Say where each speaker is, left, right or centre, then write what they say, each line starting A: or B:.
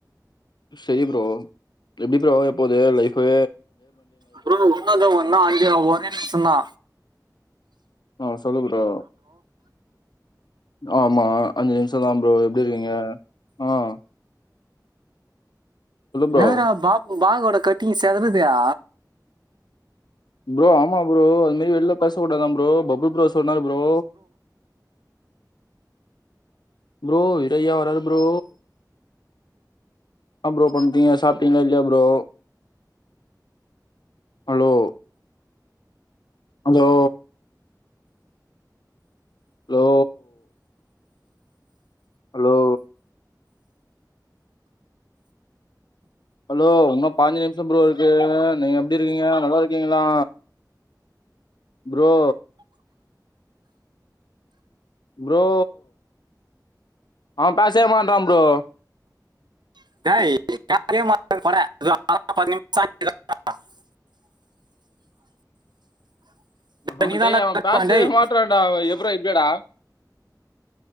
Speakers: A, on the left; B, on the right.
A: சேரி ப்ரோ எப்டி ப்ரோ போது லைஃப்பு.
B: ப்ரோ உன்னதா ஒன்னாய். ஹே ஒரே நிம்சந்தா.
A: ஹ சொல்லுபுலா. ஆமா. அஞ்சு நிம்ஷதா ப்ரோ எப்டி இருக்கீங்க. ஆஹ.
B: என்னாடா
A: ப்ரோ
B: பாபு. பாகோட கட்டிங் செதருதா.
A: ப்ரோ ஆமா ப்ரோ அதுமாரி வெள்ள பேச கூடதா ப்ரோ பப்புப்ரோ. சொன்னார் ப்ரோ. ப்ரோ இடயா வராது ப்ரோ. என்ன ப்ரோ பண்றீங்க சாப்பிட்டீங்ளா இல்லயா ப்ரோ. ஹலோ. அலோ. லோ. அலோ. அலோ உன்னா பாஞ்சு நிமிஷம் ப்ரோ இருக்கு நீங்க எப்டி இருக்கீங்க நல்லா இருக்கீங்களா ப்ரோ. ப்ரோ அவ பேஸ்வே மாட்றா ப்ரோ.
B: <unintelligible>
A: ஆமாடா
B: நீதான்டா
A: டேய் அவ பேஸ்வே
B: பண்ண, டேய்
A: மாட்றான்டா எப்ரா இப்டியாடா.